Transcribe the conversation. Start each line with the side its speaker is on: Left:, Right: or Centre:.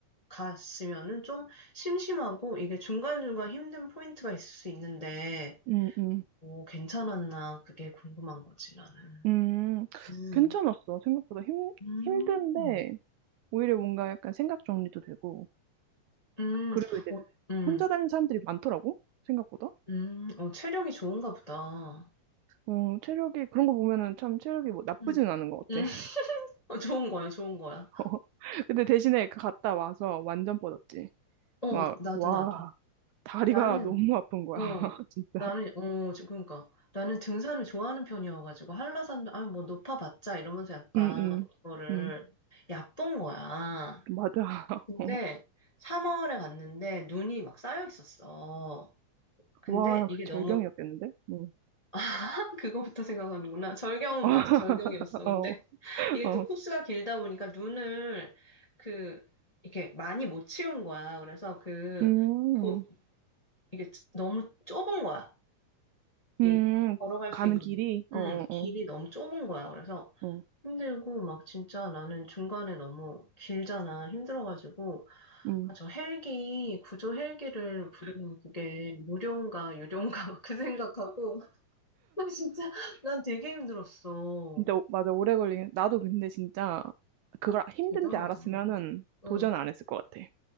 Left: 갔으면은 좀 심심하고 이게 중간중간 힘든 포인트가 있을 수 있는데,
Right: 음, 음.
Left: 오, 괜찮았나? 그게 궁금한 거지, 나는.
Right: 음,
Left: 음.
Right: 괜찮았어. 생각보다 힘,
Left: 음,
Right: 힘든데 오히려 뭔가 약간 생각 정리도 되고
Left: 음,
Right: 그리고 이제
Left: 어, 음,
Right: 혼자 다니는 사람들이 많더라고 생각보다.
Left: 음, 어, 체력이 좋은가 보다.
Right: 어, 체력이, 그런 거 보면은 참 체력이 뭐 나쁘진
Left: 음.
Right: 않은 것
Left: 음,
Right: 같아.
Left: <laughs> 어, 좋은 거야, 좋은 거야.
Right: <laughs> 근데 대신에 그 갔다 와서 완전 뻗었지.
Left: 어, 어.
Right: 막,
Left: 나도,
Right: 와,
Left: 나도.
Right: 다리가
Left: 나는,
Right: <laughs> 너무 아픈 거야.
Left: 어,
Right: <laughs> 진짜.
Left: 나는, 어, 지금 그러니까. 나는 등산을 좋아하는 편이어가지고, 한라산도, 아, 뭐, 높아봤자, 이러면서 약간,
Right: 응, 응,
Left: 이거를
Right: 응.
Left: 얕본 거야.
Right: 맞아. <laughs>
Left: 근데
Right: 어.
Left: 3월에 갔는데 눈이 막 쌓여 있었어. 근데
Right: 와,
Left: 이게
Right: 그 절경이었겠는데?
Left: 너무
Right: 응.
Left: <laughs> 그거부터 생각하는구나. 절경은
Right: <laughs>
Left: 맞아. 절경이었어. 근데
Right: 어,
Left: 이게
Right: 어.
Left: 또 코스가 길다 보니까 눈을 그 이렇게 많이 못 치운 거야. 그래서 그
Right: 음,
Left: 보, 이게 너무 좁은 거야. 이
Right: 음,
Left: 걸어갈
Right: 가는
Left: 수 있는
Right: 길이? 어,
Left: 음, 길이
Right: 어,
Left: 너무 좁은 거야. 그래서
Right: 어. 어.
Left: 힘들고 막 진짜 나는 중간에 너무 길잖아. 힘들어가지고
Right: 음.
Left: 아, 저 헬기 구조 헬기를 부르면 그게 무료인가 유료인가 <laughs> 막 그 생각하고 <laughs> 나 진짜 난 되게 힘들었어.
Right: 진짜, 오- 맞아, 오래 걸리긴. 나도 근데 진짜 그걸 힘든지
Left: 대단하다.
Right: 알았으면은 도전
Left: 응.
Right: 안 했을 것 같아.